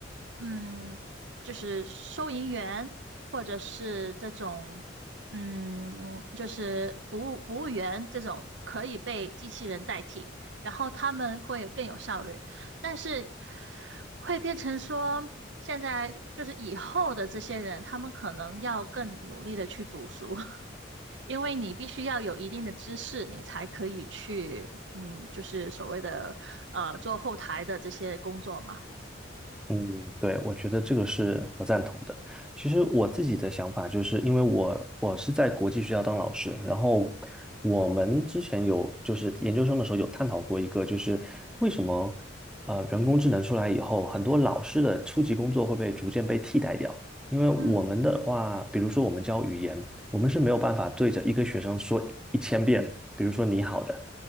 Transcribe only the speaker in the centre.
嗯，对，我觉得这个是我赞同的。其实我自己的想法就是，因为我我是在国际学校当老师，然后我们之前有就是研究生的时候有探讨过一个，就是为什么呃人工智能出来以后，很多老师的初级工作会被逐渐被替代掉。因为我们的话，
比如说我们教语言，我们是没有办法对着一个学生说一千遍，比如说你好的。